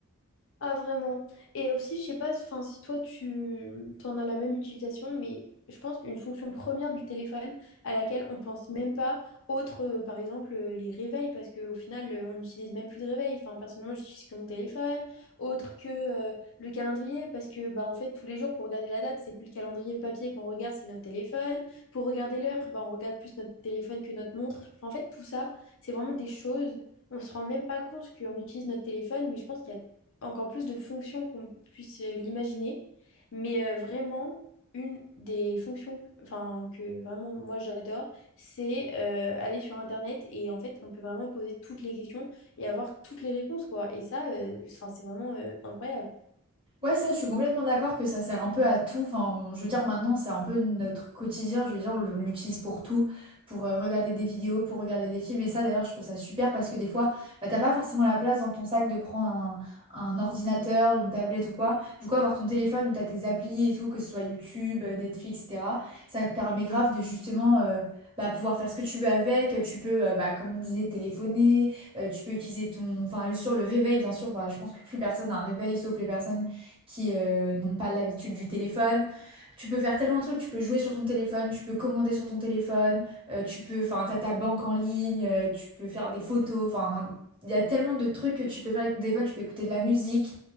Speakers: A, on the left; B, on the right.
A: Ah, vraiment. Et aussi, je sais pas, enfin, si toi, tu t'en as la même utilisation, mais je pense une fonction première du téléphone à laquelle on pense même pas, autre, euh, par exemple, euh, les réveils, parce qu'au final, euh, on n'utilise même plus de réveil. Enfin, personnellement, j'utilise que mon téléphone, autre que euh, le calendrier, parce que, bah, en fait, tous les jours, pour regarder la date, c'est plus le calendrier papier qu'on regarde, c'est notre téléphone. Pour regarder l'heure, bah, on regarde plus notre téléphone que notre montre. Enfin, en fait, tout ça, c'est vraiment des choses. On se rend même pas compte qu'on utilise notre téléphone, mais je pense qu'il y a encore plus de fonctions qu'on puisse euh, l'imaginer. Mais euh, vraiment, une des fonctions que- enfin, que vraiment moi j'adore, c'est euh, aller sur Internet et en fait, on peut vraiment poser toutes les questions et avoir toutes les réponses, quoi. Et ça, euh, enfin, c'est vraiment euh, incroyable.
B: Ouais, ça, je suis complètement d'accord que ça sert un peu à tout. Enfin, je veux dire, maintenant, c'est un peu notre quotidien. Je veux dire, on l'utilise pour tout, pour euh, regarder des vidéos, pour regarder des films. Et ça, d'ailleurs, je trouve ça super parce que des fois, bah, t'as pas forcément la place dans ton sac de prendre un, un ordinateur, une tablette ou quoi. Du coup, avoir ton téléphone où t'as tes applis et tout, que ce soit YouTube, euh, Netflix, etc., ça te permet grave de justement. euh, bah, pouvoir faire ce que tu veux avec, tu peux, euh, bah, comme on disait, téléphoner, euh, tu peux utiliser ton... Enfin, sur le réveil, bien sûr, bah, je pense que plus personne a un réveil, sauf les personnes qui euh, n'ont pas l'habitude du téléphone. Tu peux faire tellement de trucs, tu peux jouer sur ton téléphone, tu peux commander sur ton téléphone, euh, tu peux, enfin, t'as ta banque en ligne, euh, tu peux faire des photos, enfin, il y a tellement de trucs que tu peux faire avec ton téléphone, tu peux écouter de la musique.